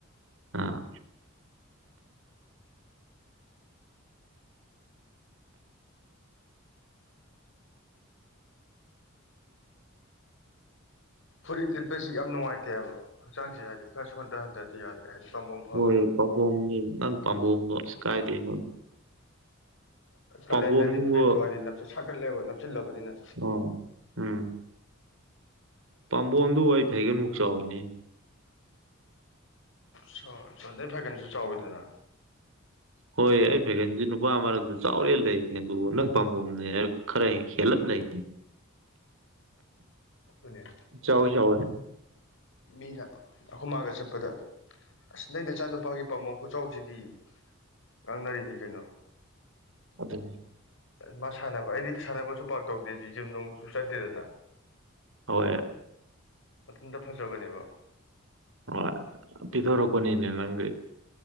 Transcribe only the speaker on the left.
ꯐꯨꯔꯤꯠ ꯂꯤꯠꯄꯁꯤ ꯌꯥꯝ ꯅꯨꯡꯉꯥꯏꯇꯦꯕ ꯍꯛꯆꯥꯡꯁꯦ ꯍꯥꯏꯗꯤ ꯈꯔ ꯁꯣꯟꯊꯍꯟꯗꯗꯤ ꯌꯥꯗ꯭ꯔꯦ ꯍꯥꯏꯗꯤ ꯄꯥꯝꯕꯣꯝ ꯐꯕꯗꯣ
ꯀꯥꯂꯦꯟꯗꯗꯤ ꯐꯨꯔꯤꯠꯇꯨ ꯍꯥꯏꯗꯤ ꯅꯞ ꯁꯥꯒꯠꯂꯦꯕ ꯅꯞꯁꯤꯜꯂꯕꯅꯤꯅ
ꯆꯥꯎ ꯅꯩ ꯐꯩꯒꯟꯁꯨ ꯆꯥꯎꯋꯤꯗꯅ
ꯑꯗꯨꯅꯦ
ꯃꯤꯅ ꯑꯈꯣꯢꯃꯥꯒ ꯆꯠꯄꯗ ꯑꯁ ꯅꯪ ꯅꯆꯥꯅꯨꯄꯥꯒꯤ ꯄꯥꯝꯕꯣꯝ ꯈꯨꯆꯥꯎꯁꯤꯗꯤ ꯉꯥꯡꯅꯔꯤꯅꯤ ꯀꯩꯅꯣ
ꯃꯥ ꯁꯥꯟꯅꯕ ꯑꯩꯗꯤ ꯁꯥꯟꯅꯕꯁꯨ ꯄꯥꯛ ꯇꯧꯗꯦ ꯖꯤꯝ ꯅꯨꯡꯁꯨ ꯆꯠꯇꯦꯗꯅ
ꯃꯊꯟꯇ ꯐꯖꯕꯅꯦꯕ